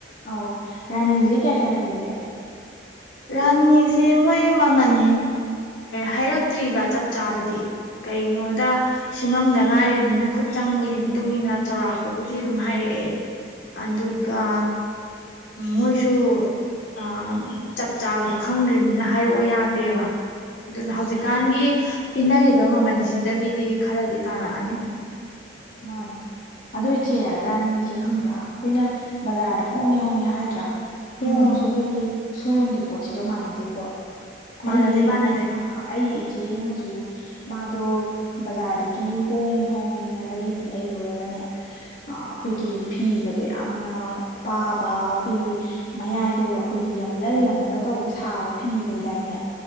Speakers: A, on the left (about 45°); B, on the left (about 80°).
A: ꯑꯥꯎ ꯔꯥꯅꯤꯖꯦ ꯀꯌꯥ ꯀꯌꯥ ꯄꯤꯒꯦ
B: ꯔꯥꯅꯤꯁꯦ ꯃꯣꯏ ꯃꯃꯜ ꯍꯥꯏꯔꯛꯇ꯭ꯔꯤꯕ ꯆꯞ ꯆꯥꯕꯗꯤ ꯀꯩꯒꯤꯅꯣꯗ ꯁꯤꯡꯉꯝꯗ ꯉꯥꯏꯔꯤꯕꯅꯤꯅ ꯈꯨꯠ ꯆꯪꯕꯒꯤ ꯃꯇꯨꯡ ꯏꯟꯅ ꯆꯥꯎꯔꯥꯛꯄꯕꯨꯗꯤ ꯑꯗꯨꯝ ꯍꯥꯏꯔꯛꯑꯦ
A: ꯎꯝ
B: ꯑꯗꯨꯒ ꯃꯣꯏꯁꯨ ꯑ ꯆꯞ ꯆꯥꯕꯗꯣ ꯈꯪꯗ꯭ꯔꯤꯕꯅꯤꯅ ꯍꯥꯏꯔꯛꯑꯣ ꯌꯥꯗꯦꯕ ꯑꯗꯨꯅ
A: ꯎꯝ
B: ꯍꯧꯖꯤꯛꯀꯥꯟꯒꯤ ꯄꯤꯅꯔꯤꯕ ꯃꯃꯜꯁꯤꯗꯒꯤꯗꯤ ꯈꯔꯗꯤ ꯇꯥꯔꯛꯑꯅꯤ
A: ꯃꯥꯅꯤ ꯑꯗꯨꯏꯆꯦ ꯔꯥꯅꯤꯁꯦ ꯈꯪꯕ꯭ꯔꯥ
B: ꯎꯝ
A: ꯑꯩꯈꯣꯏꯅ ꯕꯖꯥꯔꯗ ꯍꯣꯡꯉꯦ ꯍꯣꯡꯉꯦ ꯍꯥꯏꯗ꯭ꯔꯥ ꯍꯣꯡꯉꯁꯨ
B: ꯎꯝ
A: ꯑꯩꯈꯣꯏꯒꯤ ꯁꯣꯔꯨꯝꯒꯤ ꯄꯣꯠꯁꯤꯒ ꯃꯥꯟꯅꯗꯦꯀꯣ
B: ꯃꯥꯟꯅꯗꯦ
A: ꯑꯩꯒꯤ
B: ꯃꯥꯟꯅꯗꯦ
A: ꯑ ꯑꯩꯒꯤ ꯆꯦ ꯑꯃꯁꯨ ꯃꯥꯗꯣ ꯕꯖꯥꯔꯗꯒꯤ ꯍꯣꯡꯉꯦ ꯍꯣꯡꯉꯦꯅ ꯂꯩꯅꯤ ꯂꯩꯔꯨꯔꯒꯅꯦ ꯑꯩꯈꯣꯏꯒꯤ ꯐꯤꯒꯗꯣ ꯌꯥꯝꯅ ꯄꯥꯕ ꯑꯩꯈꯣꯏꯒꯤ ꯃꯌꯥꯏꯗꯒ ꯑꯩꯈꯣꯏꯒꯤ ꯌꯥꯝ ꯂꯟ ꯂꯟꯅꯒ ꯇꯧꯕ ꯁꯥꯕ ꯐꯤ ꯂꯩꯗꯥꯏꯅꯦ